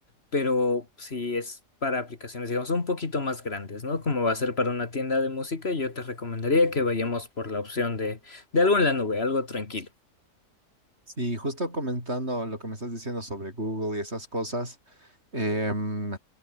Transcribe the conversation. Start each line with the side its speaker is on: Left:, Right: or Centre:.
Left: pero si es para aplicaciones, digamos, un poquito más grandes, ¿no? Como va a ser para una tienda de música, yo te recomendaría que vayamos por la opción de, de algo en la nube, algo tranquilo.
Right: Sí, justo comentando lo que me estás diciendo sobre Google y esas cosas, em,